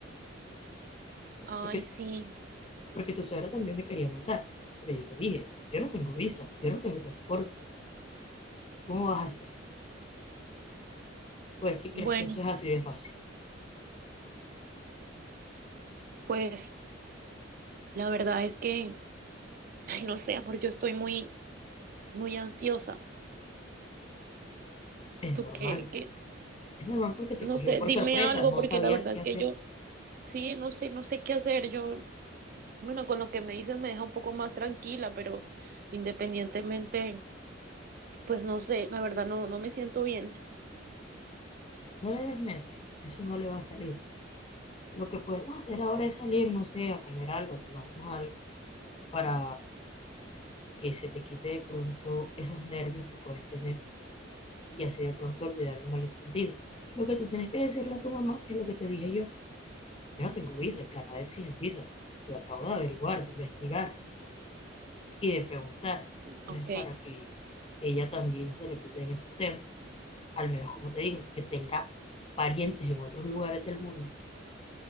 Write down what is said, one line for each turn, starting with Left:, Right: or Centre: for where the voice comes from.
Right: Ay,
Left: Porque,
Right: sí.
Left: porque tu suegra también me quería mandar, pero yo le dije, yo no tengo visa, yo no tengo pasaporte, ¿cómo vas a hacer? Pues, ¿qué crees
Right: Bueno,
Left: que eso es así de fácil?
Right: pues la verdad es que, ay, no sé, amor, yo estoy muy, muy ansiosa.
Left: Es
Right: ¿Tú
Left: normal,
Right: qué, qué?
Left: es normal porque te
Right: No
Left: cogió
Right: sé,
Left: por
Right: dime
Left: sorpresa,
Right: algo,
Left: no
Right: porque
Left: sabías
Right: la verdad
Left: qué
Right: es
Left: hacer.
Right: que yo, sí, no sé, no sé qué hacer. Yo, bueno, con lo que me dices me deja un poco más tranquila, pero independientemente, pues no sé, la verdad no, no me siento bien.
Left: No le des mente, eso no le va a salir. Lo que podemos hacer ahora es salir, no sé, a comer algo, a tomarnos algo, para que se te quite de pronto esos nervios que puedes tener y así de pronto olvidar el malentendido. Lo que tú tienes que decirle a tu mamá es lo que te dije yo. Yo no tengo visa, el Canadá exige visa. Yo acabo de averiguar, de investigar y de preguntar. Entonces,
Right: Ok.
Left: para que ella también se le quite en esos temas, al menos como te digo, que tenga parientes en otros lugares del mundo